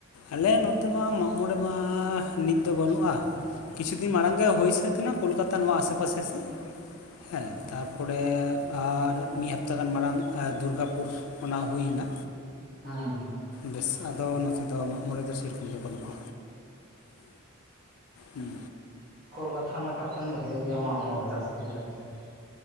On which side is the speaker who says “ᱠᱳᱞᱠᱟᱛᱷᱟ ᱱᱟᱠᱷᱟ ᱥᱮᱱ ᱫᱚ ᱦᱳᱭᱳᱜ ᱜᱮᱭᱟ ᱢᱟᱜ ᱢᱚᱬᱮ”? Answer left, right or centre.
Right